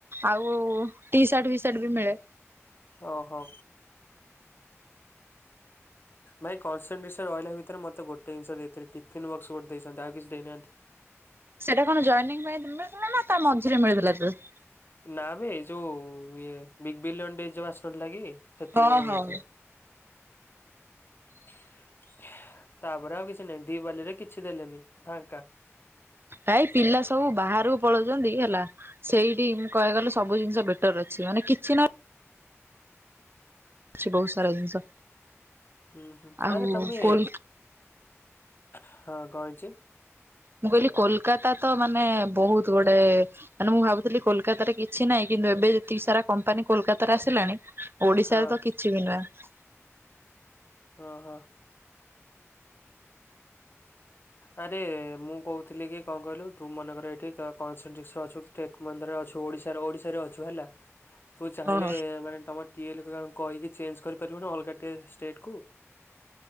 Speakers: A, on the right; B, on the left.
A: ଆଉ ଟି ସାର୍ଟ ବି ସେଟ୍ ମିଳେ।
B: ଓ ହୋ। ଭାଇ କନସେଟ୍ରେସନ ରହିଲା ଭିତରେ ମତେ ଗୋଟେ ଜିନିଷ ଦେଇଥିଲେ। ଟିଫିନ୍ ବକ୍ସ ଗୋଟେ ଦେଇଛନ୍ତି। ଆଉ କିଛି ଦେଇ ନାହାନ୍ତି।
A: ସେଇଟା କଣ ଜଏନିଂ ପାଇଁ ମିଳିଥିଲା? ନା ତା ମଝିରେ ମିଳିଥିଲା ଡ୍ରେସ୍?
B: ନା ବେ ଏଇ ଯୋଉ ଇଏ ବିଗ୍ ବିଲିଅନ୍ ଡେ ଯୋଉ ଆସି ନଥିଲାକି ସେତିକ
A: ହଁ
B: ବେଳେ
A: ହଁ।
B: ମିଳିଥିଲା। <inaudible> ତାପରେ ଆଉ କିଛି ନାହିଁ। ଦି ବାଲି ରେ କିଛି ଦେଲେନି ଫାଙ୍କା।
A: ଭାଇ ପିଲା ସବୁ ବାହାରକୁ ପଳଉଛନ୍ତି ହେଲା। ସେଇଠି ମୁଁ କହିବାକୁ ଗଲେ ସବୁ ଜିନିଷ ବେଟର୍ ଅଛି। ମାନେ କିଛି ନ ଅଛି ବହୁତ ସାରା ଜିନିଷ
B: ହୁଁ ହୁଁ।
A: ଆଉ
B: ଆରେ ତମେ,
A: କୋଲ
B: ହଁ କଣ ହେଇଛି?
A: ମୁଁ କହିଲି କୋଲକାତା ତ ମାନେ ବହୁତ୍ ଗୁଡେ ମାନେ ମୁଁ ଭାବୁଥିଲି କୋଲକାତାରେ କିଛି ନାହିଁ। କିନ୍ତୁ ଏବେ ଯେତିକି ସାରା କମ୍ପାନୀ କୋଲକାତାରେ ଆସିଲାଣି ଓଡିଶାରେ
B: ହଁ
A: ତ କିଛି ବି ନୁହେଁ।
B: ଓ ହୋ। ଆରେ ମୁଁ କହୁଥିଲି କି କଣ କହିଲୁ ତୁ ମନେ କର୍ ଏଠୀ କା -କନ୍ସେଣ୍ଟେନ୍ସ ରେ ଅଛୁ ଟେକ୍ ମହିନ୍ଦ୍ରା ରେ ଅଛୁ ଓଡିଶାର, ଓଡିଶାରେ ଅଛୁ ହେଲା ତୁ ଚାହିଁଲେ
A: ହଁ
B: ମାନେ ତମ ଟିଏଲ୍ ଖୁରାଙ୍କୁ କହିକି ଚେଞ୍ଜ କରି ପାରିବୁନା ଆଲଗା ଟିଏଲ୍, ଷ୍ଟେଟ୍ କୁ?